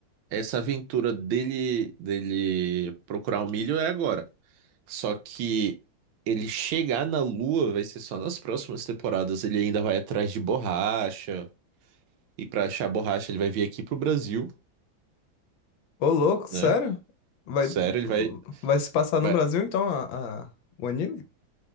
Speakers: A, on the right; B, on the left.
A: Essa aventura dele, dele procurar o milho é agora. Só que ele chegar na Lua vai ser só nas próximas temporadas. Ele ainda vai atrás de borracha. E pra achar borracha, ele vai vir aqui pro Brasil,
B: Ô, louco, sério?
A: né?
B: Vai,
A: Sério, ele vai,
B: vai se passar
A: vai.
B: no Brasil, então, a, a- o anime?